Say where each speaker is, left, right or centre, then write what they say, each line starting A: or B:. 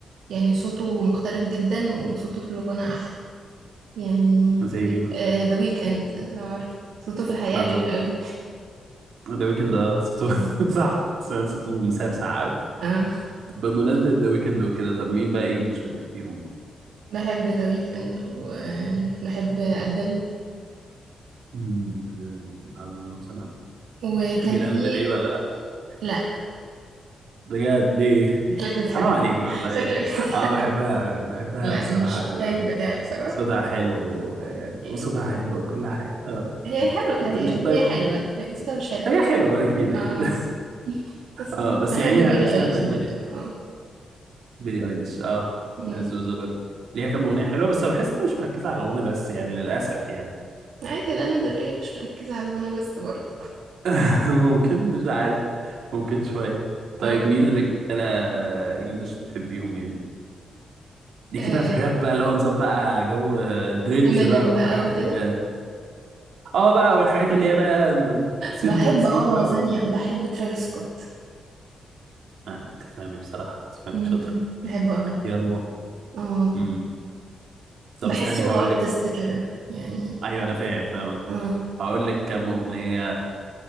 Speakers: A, on the right; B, on the right.
A: يعني صوته مختلف جدا وصوته في الغنى احلى يعني
B: زي مين مثلا
A: ذا ويك اند لو عارف صوته في الحقيقه
B: اه
A: غريب
B: طبعا
A: قوي
B: ذا ويكند اه صوته
A: <laughs>
B: <laughs> صح سام صوته مسرسع قوي
A: اه
B: طب بمناسبة ذا ويكند وكده طب مين بقى انجلش بتحبيهم؟
A: بحب ذا ويك اند وبحب ادل
B: مم، دول عظيم بصراحة
A: وكان
B: تحبي لانا
A: في
B: ديل ري ولا لا؟
A: لا
B: بجد ليه؟
A: شكلك بتحبها
B: حرام عليكي والله
A: شكلك بتحب
B: اه بحبها أوي، بحبها
A: لا
B: بصراحة
A: مش التايب
B: أوي، آه.
A: بتاعي بصراحة
B: صوتها حلو يعني
A: يعني
B: وصوتها حلو وكل حاجة اه
A: هي حلوة هي
B: مش طيب
A: هي حلوة لكن صوتها مش حلو
B: هي حلوة أكيد أكيد
A: اه
B: <laughs>
A: قصتها
B: اه بس
A: بحب
B: يعني
A: بيلي
B: أحس
A: ايليش
B: إنها بهدلت
A: برضه
B: كده.
A: اه
B: بيلي ايليش اه
A: مم.
B: الزوزة برضه ليها كام اغنيه حلوه بس بحس إنها مش مركزه على غنى بس يعني للاسف يعني
A: عادي لانا دل ري مش مركزة على غنى بس برضه
B: <laughs> ممكن مش عارف ممكن شويه طيب
A: اه
B: مين رجاله انجلش بتحبيهم يعني ليكي
A: آه،
B: بقى في الراب بقى اللي هو نظام بقى جو آه، دريلز
A: امينيم
B: بقى وحاجات
A: بقى وكده
B: اللي هي اه بقى والحاجات اللي هي بقى سنترال
A: بحب
B: سي
A: اه
B: بقى
A: ثانية
B: والناس دي
A: بحب ترافيس
B: مم.
A: سكوت
B: آه، تفهمي بصراحه تفهمي
A: مم،
B: شاطر
A: بحبه قوي
B: اختيار موفق
A: اه
B: امم طب
A: بحسه
B: استني هقول
A: ارتست
B: لك
A: كده يعني
B: ايوه انا فاهم فاهم قصدك.
A: اه
B: هقول لك كام اغنيه